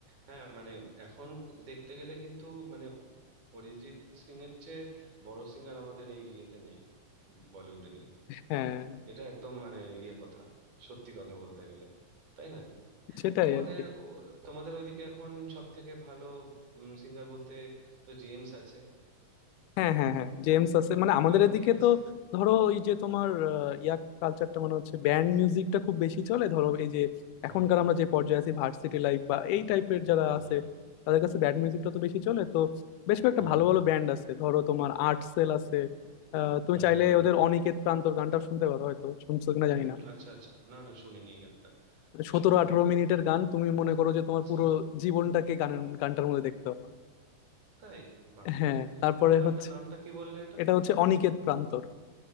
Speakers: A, on the right; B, on the left.
A: হ্যাঁ মানে এখন দেখতে গেলে কিন্তু মানে অরিজিৎ সিং এর চেয়ে বড় সিঙ্গার আমাদের এই ইয়েতে নেই বলিউডে নেই
B: হ্যাঁ
A: এটা একদম মানে ইয়ে কথা সত্যি কথা বলতে গেলে তাই না
B: সেটাই
A: তোমাদের
B: আর কি
A: ও- তোমাদের ওইদিকে এখন সব থেকে ভালো সিঙ্গার বলতে তো জেমস আছে
B: হ্যাঁ হ্যাঁ হ্যাঁ জেমস আছে মানে আমাদের
A: আর
B: এদিকে
A: কে আছে
B: তো ধরো এই যে তোমার আহ, ইয়াক কালচারটা মানে হচ্ছে ব্যান্ড মিউজিকটা খুব বেশি চলে ধরো এই যে
A: হুম
B: এখনকার আমরা যে পর্যায়ে আছি ভার্সিটি লাইফ বা এই টাইপের যারা
A: হুম
B: আছে তাদের কাছে ব্যান্ড মিউজিকটা তো বেশি চলে তো বেশ কয়েকটা
A: হুম
B: ভালো ভালো ব্যান্ড আছে ধরো তোমার আর্ট সেল আছে আহ, তুমি
A: হুম
B: চাইলে ওদের অনিকেত প্রান্তর গানটা শুনতে পারো হয়তো শুনছো কিনা
A: হুম
B: জানি না
A: আচ্ছা আচ্ছা না না শুনিনি এই গানটা এটা
B: সতেরো
A: শুনতে
B: আঠারো
A: হবে
B: মিনিটের গান তুমি মনে করো যে তোমার
A: আচ্ছা
B: পুরো জীবনটাকে গানের গানটার মধ্যে দেখতে পাবো
A: তাই বাহ
B: হ্যাঁ তারপরে
A: কোন গানটার
B: হচ্ছে
A: নামটা কি বললে এটা
B: এটা হচ্ছে অনিকেত প্রান্তর